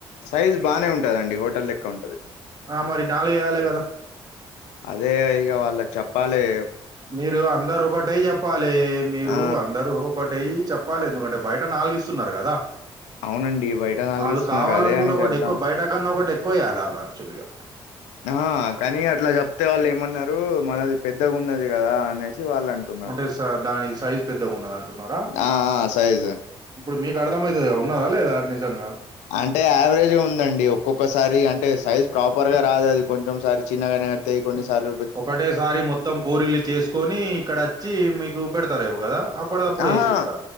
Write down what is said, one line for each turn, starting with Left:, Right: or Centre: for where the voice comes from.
Left: సైజ్ బానే ఉంటాడండి హోటల్ లెక్క ఉంటాది
Right: ఆ మరి నాలుగు వేయ్యాలి కదా
Left: అదే ఇగ వాళ్ళకి చెప్పాలే
Right: మీరు అందరు ఒకటే చెప్పాలి మీరు
Left: ఆ
Right: అందరూ ఒక్కటై చెప్పాలి ఎందుకంటే బయట నాలుగు ఇస్తున్నారు కదా
Left: అవునండి బయట నాలుగు
Right: వాళ్ళు
Left: ఇస్తున్నారు
Right: కావాలనుకుంటే
Left: అదే అని
Right: ఒకటి
Left: చెప్దాం
Right: ఎక్కువ బయట కన్నా ఒకటి ఎక్కువ వేయాలి వాళ్ళు యాక్చువల్ గా
Left: ఆ కానీ అట్లా చెప్తే వాళ్ళు ఏమన్నారు మనది పెద్దగా ఉన్నది కదా అనేసి వాళ్ళు అంటున్నారు
Right: అంటే స- దాని సైజ్ పెద్దగా ఉన్నది అంటున్నారా
Left: ఆ ఆ సైజు
Right: ఇప్పుడు మీకు అర్థంమయితాది ఉన్నాదా లేదా నిజంగా
Left: అంటే యావరేజ్ ఉందండి ఒక్కొక్కసారి అంటే సైజ్ ప్రాపర్ గా రాదు అది కొంచెం సారి చిన్నగానే వస్తే కొన్ని సార్లు
Right: ఒకటేసారి మొత్తం పూరిలు చేసుకొని ఇక్కడ వచ్చి మీకు పెడతారేమో కదా అప్పటిదప్పుడు
Left: ఆ
Right: వేసి
Left: హా
Right: ఇడతా